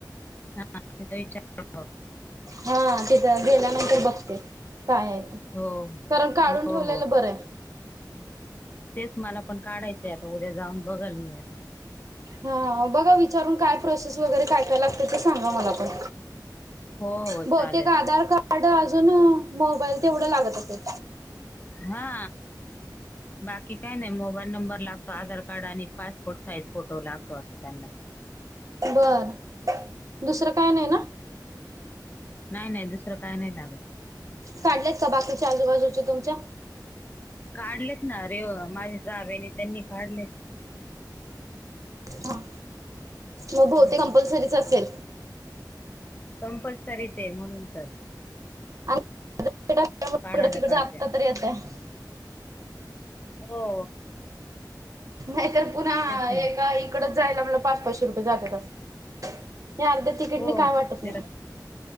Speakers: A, on the left; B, on the right.
A: <unintelligible> <unintelligible> <unintelligible> <unintelligible>
B: हा तित गेल्यानंतर बनते कायए ते
A: हो.
B: कारण काडुन
A: हो
B: ठेवलेलं
A: हो
B: बरं य
A: तेच मला पण काढाचय आता उद्या जाऊन बघाल मी आता
B: हा बगा विचारून काय प्रोसेस वगैरे काय काय लागतय ते सांगा मला पण
A: हो हो
B: बहुतेक
A: चालेल
B: आधार कार्ड अजून मोबाईल तेवड लागत असेल
A: हा बाकी काय नाइ मोबाईल नंबर लागतो आधार कार्ड आणि पासपोर्ट साईज फोटो लागतो वाटत त्याना
B: बर दुसरं काय नइ ना
A: नाय नाय दुसरं काय नाई लागत
B: काडलेत का बाकीचे आजूबाजूचे तुमच्या
A: काडलेत ना रे माझे जावेने तेनी काढले
B: हा मग भोवतेक
A: हम्म
B: कंपल्लसरीच असेल
A: कंपल्सरीचए म्हणून तर
B: आणि <unintelligible> <unintelligible>
A: काढायला पाहिजे
B: <unintelligible>
A: आता.
B: <unintelligible>
A: हो
B: नाहीतर पुना
A: तेच ना
B: इकडच जायला मला पाच पाचशे रुपये जात्यात हे अर्ध तिकीटने
A: हो
B: वाटत नाई
A: ते